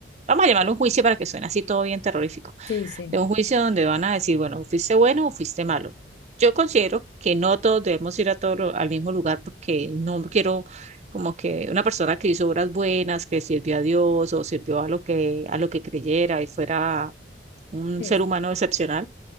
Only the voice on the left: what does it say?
Sí, sí,
sí.